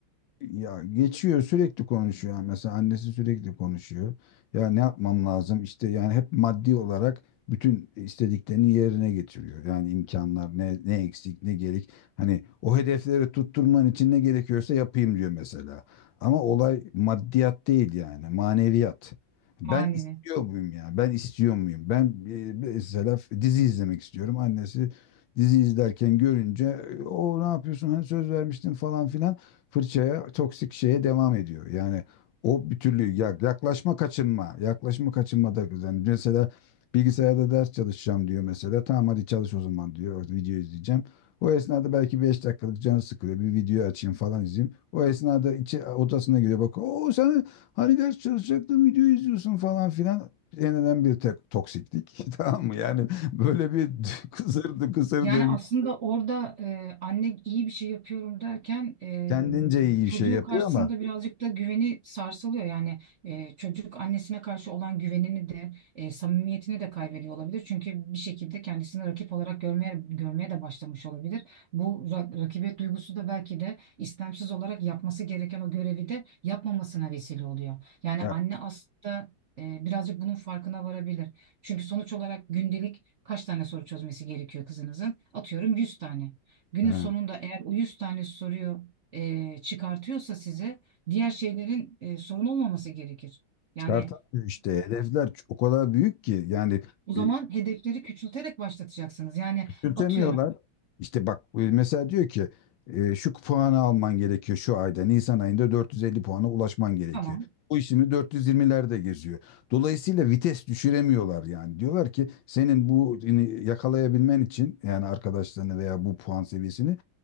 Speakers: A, on the left; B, on the right.
A: Ya geçiyor sürekli konuşuyor. Yani mesela annesi sürekli konuşuyor. Ya ne yapmam lazım? İşte yani hep maddi olarak bütün istediklerini yerine getiriyor. Yani imkanlar ne, ne eksik ne gerek. Hani o hedefleri tutturman için ne gerekiyorsa yapayım diyor mesela. Ama olay maddiyat değil yani maneviyat. Ben
B: Manevi.
A: istiyor muyum ya? Ben istiyor muyum? Ben e, mesela dizi izlemek istiyorum. Annesi dizi izlerken görünce "E, o ne yapıyorsun? Hani söz vermiştin falan filan fırçaya, toksik şeye devam ediyor. Yani o bir türlü ya- yaklaşma kaçınma, yaklaşma kaçınma da yani mesela bilgisayarda ders çalışacağım diyor mesela. Tamam hadi çalış o zaman diyor. Video izleyeceğim. O esnada belki 5 dakikalık canı sıkılıyor. Bir video açayım falan izleyeyim. O esnada içi odasına giriyor bak. O sen hani ders çalışacaktın video izliyorsun falan filan. Yeniden bir tek toksiklik. <laughs> Tamam mı? Yani böyle bir <laughs> kısır kısır
B: Yani
A: döngü.
B: aslında orada e, anne iyi bir şey yapıyorum derken e,
A: Kendince iyi
B: çocuğu
A: şey yapıyor
B: karşısında
A: ama
B: birazcık da güveni sarsılıyor. Yani e, çocuk annesine karşı olan güvenini de e, samimiyetini de kaybediyor olabilir. Çünkü bir şekilde kendisini rakip olarak görmeye görmeye de başlamış olabilir. Bu ra- rakibet duygusu da belki de istemsiz olarak yapması gereken o görevi de yapmamasına vesile oluyor. Yani
A: ya
B: anne aslında e, birazcık bunun farkına varabilir. Çünkü sonuç olarak gündelik Kaç tane soru çözmesi gerekiyor kızınızın? Atıyorum 100 tane. Günün
A: he.
B: sonunda eğer o 100 tane soruyu e, çıkartıyorsa size diğer şeylerin e, sorun olmaması gerekir. Yani
A: Çıkartamıyor işte. Hedefler ç- o kadar büyük ki yani
B: o zaman
A: e,
B: hedefleri küçülterek başlatacaksınız. Yani
A: küçültemiyorlar.
B: atıyorum
A: İşte bak e, mesela diyor ki e, şu puanı alman gerekiyor şu ayda. Nisan ayında 450 puana ulaşman gerekiyor.
B: tamam
A: Bu işini 420'lerde geziyor. Dolayısıyla vites düşüremiyorlar yani. Diyorlar ki senin bu ini yakalayabilmen için yani arkadaşlarını veya bu puan seviyesini